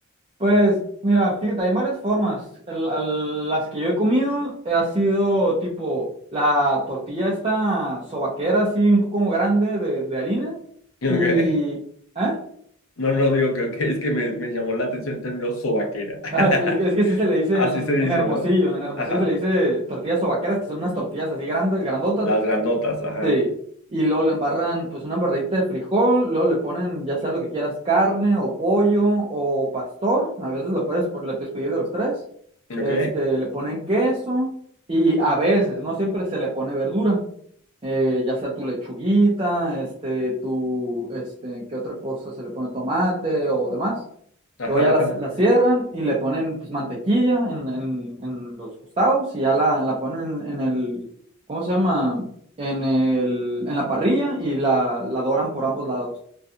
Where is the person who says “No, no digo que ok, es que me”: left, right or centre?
Left